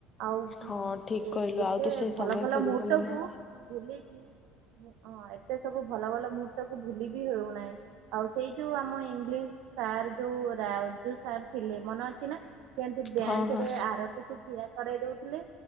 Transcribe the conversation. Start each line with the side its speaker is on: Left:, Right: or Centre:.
Right: ଆଉ
Left: ହଁ ଠିକ୍
Right: ଏ
Left: କହିଲୁ
Right: ଏତେ
Left: ଆଉ ତ ସେ
Right: ଭଲ
Left: ସମୟ
Right: ଭଲ
Left: ଫେରିବନି
Right: ମୁହୂର୍ତ୍ତକୁ
Left: ନା
Right: ବୁଲିକି। ହଁ ଏତେ ସବୁ ଭଲ ଭଲ ମୁହୂର୍ତ୍ତକୁୁ ଭୁଲି ବିି ହଉନାହିଁ। ଆଉ ସେଇ ଯୋଉ ଆମ ଇଂଲିଶ ସାର୍ ଯୋଉ ରାଜୁ ସାର୍ ଥିଲେ ମନେ ଅଛି ନା? କେମିତି ବେଞ୍ଚ
Left: ହଁ ହଁ
Right: ରେ ଆରତୀ କ ଠିଆ କରାଇ ଦଉଥିଲେ